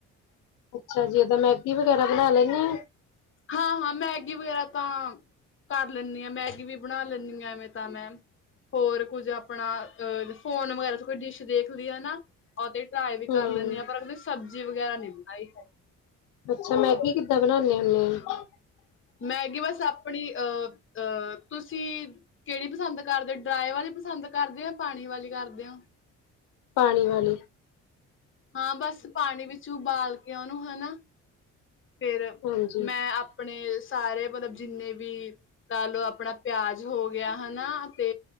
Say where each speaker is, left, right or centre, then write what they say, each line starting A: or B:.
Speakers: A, on the left; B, on the left.
A: ਅੱਛਾ ਜੀ ਮੈਗੀ ਵਗੈਰਾ ਬਣਾ ਲੈਂਨੇ ਹੋ
B: ਹਾਂ, ਹਾਂ ਮੈਗੀ ਵਗੈਰਾ ਤਾਂ ਕਰ ਲੈਂਦੀ ਹਾਂ ਮੈਗੀ ਵੀ ਬਣਾ ਲੈਂਣੀ ਹਾਂ ਐਵੇਂ ਤਾਂ ਮੈਂ ਹੋਰ ਕੁੱਝ ਆਪਣਾ, ਅ ਫੋਨ ਵਗੈਰਾ ਤੇ ਕੋਈ ਡਿਸ਼ ਦੇਖ ਲੀ ਹੈ ਨਾ ਔਹ ਤੇ ਟਰਾਈ ਵੀ
A: ਹਮ
B: ਕਰ ਲੈਂਦੀ ਹਾਂ ਪਰ ਕਦੇ ਸਬਜ਼ੀ ਵਗੈਰਾ ਨੀ ਬਣਾਈ ਕਦੇ
A: ਅੱਛਾ ਮੈਗੀ ਕਿੱਦਾਂ ਬਣਾਦੇ ਹੁੰਦੇ ਹੋ
B: ਮੈਗੀ ਬਸ ਆਪਣੀ ਅਹ- ਅਹ ਤੁਸੀਂ ਕਿਹੜੀ ਪਸੰਦ ਕਰਦੇ ਹੋ ਡਰਾਏ ਵਾਲੀ ਪਸੰਦ ਕਰਦੇ ਆ ਪਾਣੀ ਵਾਲੀ ਕਰਦੇ ਹੋ
A: ਪਾਣੀ ਵਾਲੀ
B: ਹਾਂ ਬਸ ਪਾਣੀ ਵਿੱਚ ਉਬਾਲ ਕੇ ਉਹਨੂੰ ਹਨਾ ਫਿਰ
A: ਹਾਂਜੀ
B: ਮੈਂ ਆਪਣੇ ਸਾਰੇ ਮਤਲਬ ਜਿੰਨੇ ਵੀ ਲਓ ਆਪਣਾ ਪਿਆਜ ਹੋ ਗਿਆ ਹਨਾ ਤੇ